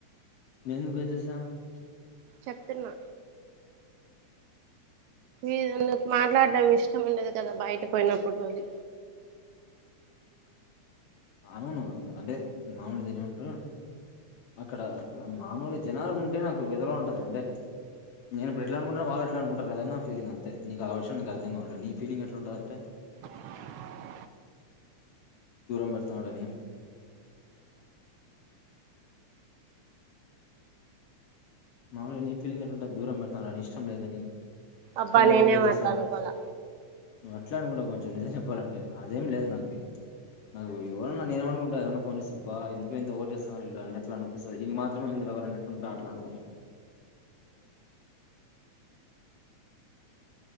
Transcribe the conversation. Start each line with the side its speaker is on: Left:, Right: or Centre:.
Left: <unintelligible>
Right: చెప్తున ఏదో నీకు మాట్లాడడం ఇష్టం ఉండదు కదా బయట పోయినప్పుడు అది
Left: అవును గద అంటే మాములు దినన్నేమంటారు అక్కడ మామూలుగా జనాలు ఉంటే నాకు యెధల ఉంటది అంటే నేను ఇప్పు ఎట్లా అనుకుంట వాళ్ళ ఎట్లా అంటారుదా నా ఫీలింగ్ అంతేకు ఆ విషయం నీకు అర్థంవట్దు నీలింగ్ ఎట్లా ఉంటదంటే
Right: <inaudible>
Left: దూరంబె తనవ్ గాని మాములుగా నీ ఫీలింగ్ ఎట్లుంది దూరం పెడతానని ఇష్టం లేదని
Right: అబ్బా
Left: ఇష్టం లేదనే
Right: నేనేం
Left: కట్ చేస్తానవ్
Right: అట్లా అనుకోలా
Left: నువ్వు అట్లే అనుకుంటన్నావు కొంచెం నిజం చెప్పాలంటే అదేం లేదు నాకి నాకు ఎవరన్న నేనేం అను ఎవరన్నా ఫోన్ చేస్తే అబ్బా ఎందుకూలే ఇంత ఓవర్ చేస్తన్నారు ఇలు అట్లా అనిపిస్తది ఇంగ మాత్రమే లవర్ అన్నడు డేట్లనుకుంటన్న